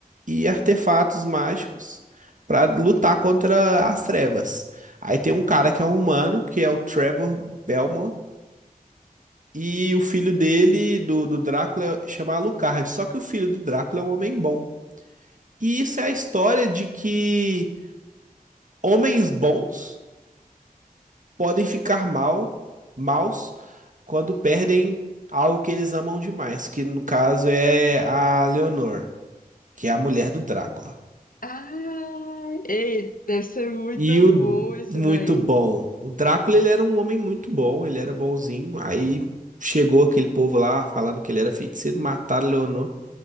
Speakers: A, on the right (about 60°); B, on the left (about 70°).
A: e artefatos mágicos pra lutar contra as trevas. Aí tem um cara que é um humano, que é o Trevor Belmont. E o filho dele, do, do Drácula, chama Alucard. Só que o filho do Drácula é um homem bom. E isso é a história de que homens bons podem ficar mal, maus quando perdem algo que eles amam demais, que no caso é a Leonor, que é a mulher do Drácula.
B: Ah, ei, deve ser muito
A: E o
B: bom esse
A: muito
B: daí.
A: bom. O Drácula, ele era um homem muito bom, ele era bonzinho. Aí chegou aquele povo lá falando que ele era feiticeiro, mataram Leonor.